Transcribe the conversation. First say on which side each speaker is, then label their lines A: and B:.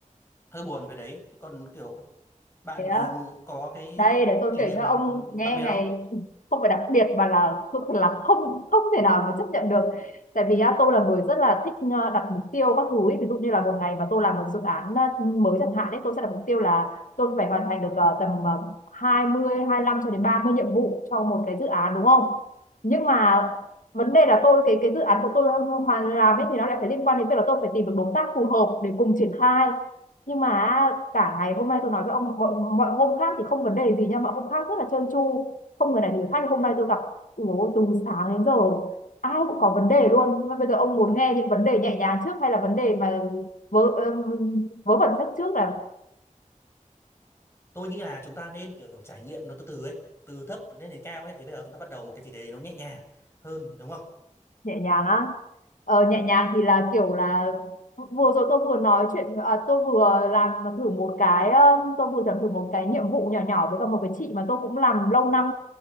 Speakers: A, on the left; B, on the left.
A: hơi buồn về đấy Thế còn kiểu bạn
B: thế à,
A: thì có cái
B: đây để tôi
A: kỷ
B: kể
A: niệm
B: cho
A: nào
B: ông nghe
A: đặc biệt
B: ngày
A: không
B: không phải đặc biệt mà là không- là không không thể nào mà chấp nhận được tại vì á, tôi là người rất là thích ờ, đặt mục tiêu các thứ ý. ví dụ như là một ngày mà tôi làm một dự án ờ, mới chẳng hạn đấy tôi sẽ đặt mục tiêu là tôi phải hoàn thành được ờ, tầm ờ, 20 lăm cho đến 30 nhiệm vụ cho một cái dự án đúng không nhưng mà vấn đề là tôi cái cái dự án của tôi hoàn làm ấy thì nó lại phải liên quan đến việc là tôi phải tìm được đối tác phù hợp để cùng triển khai nhưng mà cả ngày hôm nay tôi nói với ông mọi, mọi hôm khác thì không vấn đề gì nha mọi hôm khác rất là trơn tru không người này thì người khác nhưng hôm nay tôi gặp ủa, từ sáng đến giờ ai cũng có vấn đề luôn mà bây giờ ông muốn nghe những vấn đề nhẹ nhàng trước hay là vấn đề mà vớ ờ, vớ vẩn nhất trước là
A: tôi nghĩ là chúng ta nên kiểu trải nghiệm nó từ từ ấy từ thấp lên đến cao ấy thì bây giờ chúng ta bắt đầu một cái gì đấy nó nhẹ nhàng hơn đúng không
B: nhẹ nhàng á ờ, nhẹ nhàng thì là kiểu là vừa rồi tôi vừa nói chuyện à, tôi vừa làm thử một cái um, tôi vừa làm thử một cái nhiệm vụ nhỏ nhỏ với cả một cái chị mà tôi cũng làm lâu năm